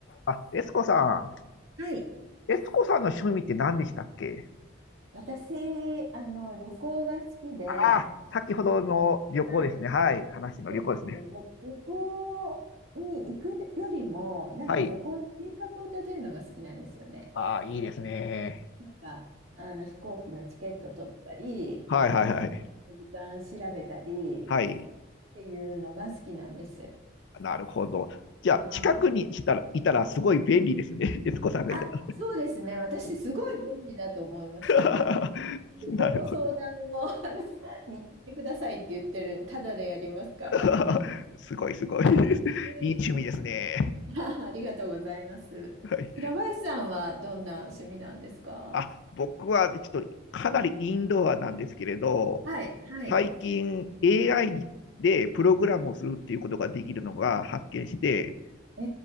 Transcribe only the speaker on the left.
あ、エスコさ
ん。エスコさんの趣味って何でしたっけ
ああ、先ほどの旅行ですね。
はい。話の旅行ですね。
はい。ああ、いいですね。
はいはいはい。
はい。
なるほど。じゃあ、
近くにしたら、いたらすごい便利ですね。<laughs> エスコさんがいたら。
<laughs>
なるほど。
<laughs> すごいすごい。<laughs>
いい趣味ですね。
はい。
あ、僕はちょっとかなりインドアなんですけれど、
最近 AI でプログラムをするっていうことができるのが発見して、